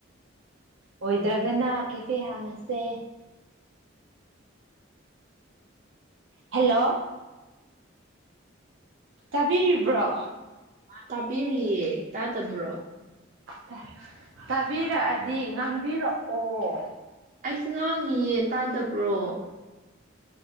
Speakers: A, on the right; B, on the right.
A: ꯑꯣꯏꯗ꯭ꯔꯒꯅ ꯀꯦꯐꯦ ꯍꯥꯡꯉꯁꯦ ꯍꯦꯜꯂꯣ ꯇꯥꯕꯤꯔꯤꯕ꯭ꯔꯣ
B: ꯇꯥꯕꯤꯔꯤꯌꯦ ꯇꯥꯗꯕ꯭ꯔꯣ
A: ꯇ ꯇꯥꯕꯤꯔꯛꯑꯗꯤ ꯉꯥꯡꯕꯤꯔꯛꯑꯣ
B: ꯑꯩ ꯉꯥꯡꯉꯤꯌꯦ ꯇꯥꯗꯕ꯭ꯔꯣ